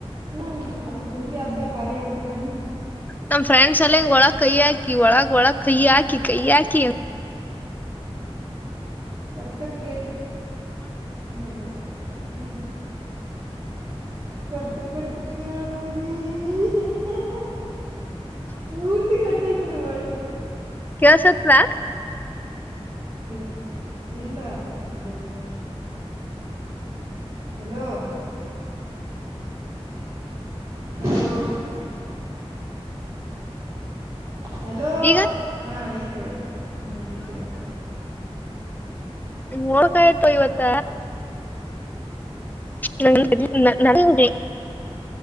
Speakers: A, on the right (about 30°); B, on the left (about 15°).
A: ಹ್ಞೂ ಅದು ಪೂರ್ತಿ ಅ್ದ ಖಾಲಿ ಆಗ್ಬಿಟ್ಟದನ.
B: ನಮ್ ಫ್ರೆಂಡ್ಸ್ ಎಲ್ಲ ಹಿಂಗಗೆ ಒಳಗೆ ಕೈ ಹಾಕಿ ಒಳಗ್ ಒಳಗ್ ಕೈ ಹಾಕಿ ಕೈ ಹಾಕಿ.
A: ಕಟ್ಟ ಕಟ್ ಕೆ. ನಡೆ ಇವು ಕಟ್ ಕಟ್ಟ ಕೇಳ್ತಿದೀ. <unintelligible> ಮೂರ್ತಿ ಕಟ್ಟಾಯ್ತದ ವಾಯ್ಸ್ ಹ
B: ಕೆಳಸತ್ದಾ
A: ಎ ಇಲ್ಲ ಹಲೋ ಹಲೋ ಹಲೋ ಹಲೋ
B: ಈಗ
A: ಹಾ ಈಗ್ ಕೇಳತದ ಹ್ಮ್ ಈಗ್ ಕೇಳತದ
B: ಹೋಗ ಆಯ್ತು ಇವತ್ತ ನದೆ <inaudible> <unintelligible>